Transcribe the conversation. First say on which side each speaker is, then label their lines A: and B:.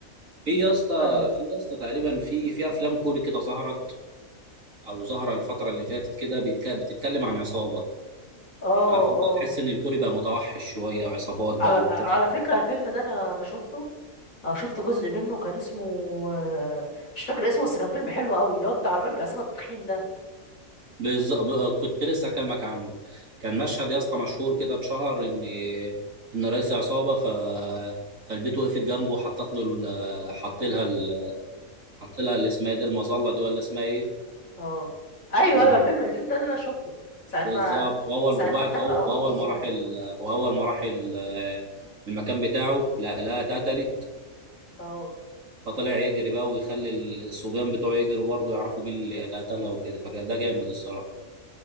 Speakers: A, on the right; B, on the left.
A: في يا اسطى
B: ايوه
A: في يا اسطى تقريبا في في افلام كوري كده ظهرت او ظهر الفتره اللي فاتت كده بيتك- بتتكلم عن عصابه
B: اه
A: عارف انت
B: اه
A: تحس ان الكوري بقى متوحش شويه عصابات بقى
B: على
A: وبتاع
B: على فكرة الفيلم ده انا انا شفته اه شفت جزء منه كان اسمه آه، مش فاكر اسمه بس كان فيلم حلو قوي اللي هو بتاع الراجل عصام التخين ده
A: بالظبط كنت لسه هكلمك عنه كان مشهد يا اسطى مشهور كده اتشهر ان ان رئيس عصابه ف فالبيت وقفت جنبه وحطت له ال- حط لها ال- حط لها اللي اسمها إيه دي المظله دي ولا اسمها ايه
B: اه ايوه
A: و...
B: ايوه الفيلم الفيلم ده انا شفته ساعة
A: بالظبط
B: ما
A: واول
B: ساعة
A: وبعد
B: ما اتفق
A: أو...
B: هو
A: واول
B: والظابط
A: ما راح ال... واول ما راح ال... المكان بتاعه لا لا اتقتلت
B: اه
A: فطلع يجري بقى ويخلي الصبيان بتوعه يجروا برضه يعرفوا مين اللي اللي قتلها وكده فكان ده جامد الصراحه